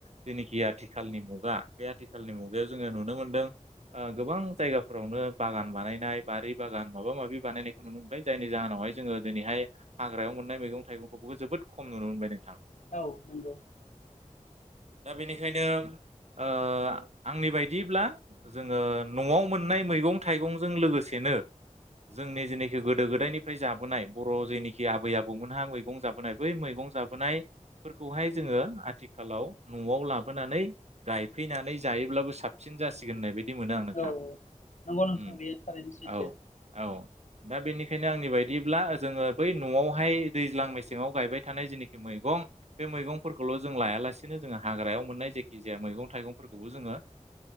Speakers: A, on the right; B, on the left.
A: जेनेखि आथिखालनि मुगा बे आथिखालनि मुगायाव जोङो नुनो मोनदों ओ गोबां जायगा फोरावनो बागान बानायनाय बारि बागान माबा माबि बानायनायखौ नुनो मोनबाय जायनि जाहोनावहाय जोङो दिनैहाय हाग्रायाव मोननाय मैगं थाइगंखौबो जोबोद खम नुनो मोनबाय नोंथां।
B: औ नंगौ।
A: दा बेनिखायनो ओ आंनि बायदियैब्ला जोङो न'आव मोन ननाय मैगं थाइगंजों लोगोसेनो जोंनि जेनाखि गोदो गोदायनिफ्राय जाबोनाय बर' जेनिखि आबै आबौमोनहा मैगं जाबोनाय बै मैगं जाबोनायफोरखौहाय जोङो आथिखालाव न'आव लाोबोनानै गायफैनानै जायोब्लाबो साबसिन जासिगोन होननाय बायदि मोनो आं नोंथां।
B: औ नंगौ नोंथां
A: उम
B: बेयो थारैनो सैथो
A: औ औ। दा बेनिखायनो आंनि बायदियैब्ला जोङो बै न'आवहाय दैज्लां मेसेङाव गायबाय थानाय जेनेखि मैगं बे मैगंफोरखौल' जों लायालासेनो जोङो हाग्रायाव मोननाय जेखि जाया मैगं थाइगंफोरखौबो जोङो